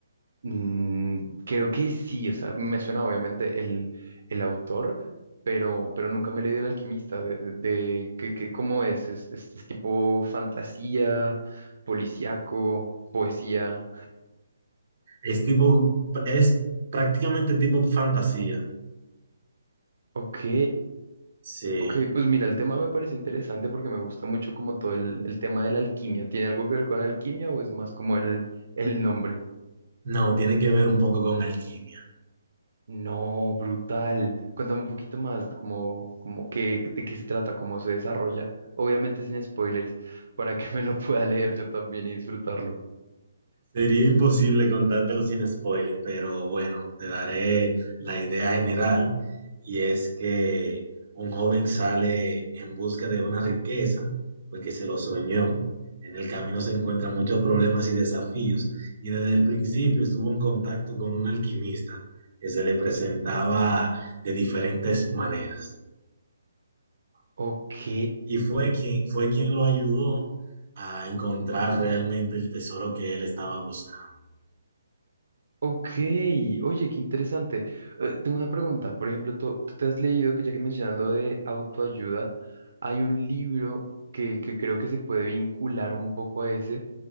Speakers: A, on the right (about 70°); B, on the right (about 40°).
A: Mm, creo que sí, o sea, me suena obviamente el, el autor, pero, pero nunca me he leído El Alquimista, de, de, que, que- ¿cómo es? ¿Es, es- es tipo fantasía, policíaco, poesía?
B: Es tipo, es prácticamente tipo fantasía.
A: Ok,
B: Sí,
A: ok, pues mira, el tema me parece interesante porque me gusta mucho como todo el, el tema de la alquimia. ¿Tiene algo que ver con alquimia o es más como el, el nombre?
B: no, tiene que ver un poco con alquimia.
A: No, brutal. Cuéntame un poquito más, como, como qué, de qué se trata, cómo se desarrolla. Obviamente sin spoilers, <laughs> para que me lo pueda leer yo también y disfrutarlo.
B: Sería imposible contártelo sin spoiler, pero bueno, te daré la idea general y es que un joven sale en busca de una riqueza porque se lo soñó. En el camino se encuentran muchos problemas y desafíos y desde el principio estuvo en contacto con un alquimista que se le presentaba de diferentes maneras
A: Ok,
B: y fue quien, fue quien lo ayudó a encontrar realmente el tesoro que él estaba buscando.
A: ok. Oye, qué interesante. Eh, tengo una pregunta. Por ejemplo, tú, tú te has leído, que ya que mencionas lo de autoayuda, hay un libro que, que creo que se puede vincular un poco a ese,